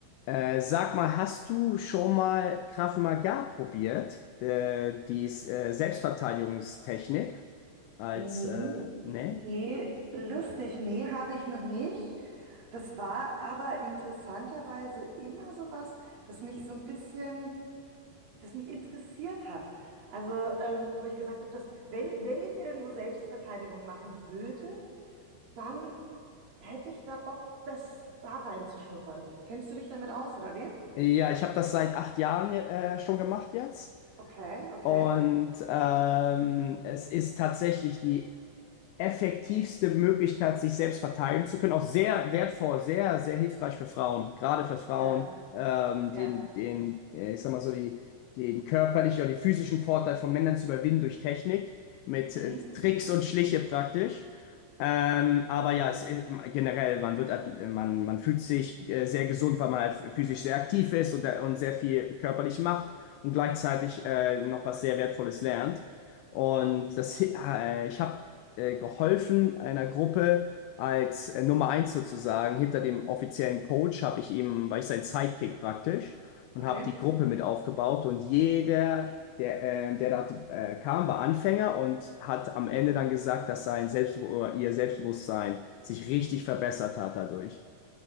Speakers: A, on the left (about 90°); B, on the right (about 45°).
A: Äh, sag mal, hast du schon mal Krav Maga probiert? Äh, die äh, Selbstverteidigungstechnik als,
B: Nee,
A: äh, ne?
B: nee, lustig, nee, habe ich noch nicht. Das war aber interessanterweise immer so was, das mich so ein bisschen, das mich interessiert hat. Also, ähm, wo ich gesagt habe, dass wenn, wenn ich irgendwo Selbstverteidigung machen würde, dann hätte ich da Bock, das da reinzuschnuppern. Kennst du dich damit aus, oder wie?
A: Ja, ich habe das seit acht Jahren äh, schon gemacht jetzt.
B: Okay, okay.
A: Und ähm, es ist tatsächlich die effektivste Möglichkeit, sich selbst verteidigen zu können. Auch sehr wertvoll, sehr, sehr hilfreich für Frauen, gerade für Frauen,
B: Ja,
A: ähm,
B: ja.
A: den, den, äh, ich sag mal so, die, den körperlichen oder den physischen Vorteil von Männern zu überwinden durch Technik, mit
B: Mhm,
A: äh,
B: mhm.
A: Tricks und Schliche praktisch. Ähm, aber ja, es, äh, generell, man wird, at- man, man fühlt sich äh, sehr gesund, weil man halt physisch sehr aktiv ist und, äh, und sehr viel körperlich macht und gleichzeitig äh, noch was sehr Wertvolles lernt. Und das, äh, ich habe äh, geholfen einer Gruppe als äh, Nummer eins sozusagen. Hinter dem offiziellen Coach habe ich ihm, war ich sein Sidekick praktisch und
B: Okay.
A: habe die Gruppe mit aufgebaut und jeder, der, äh, der da äh, kam, war Anfänger und hat am
B: Mhm.
A: Ende dann gesagt, dass sein Selbstbewusst oder ihr Selbstbewusstsein sich richtig verbessert hat dadurch.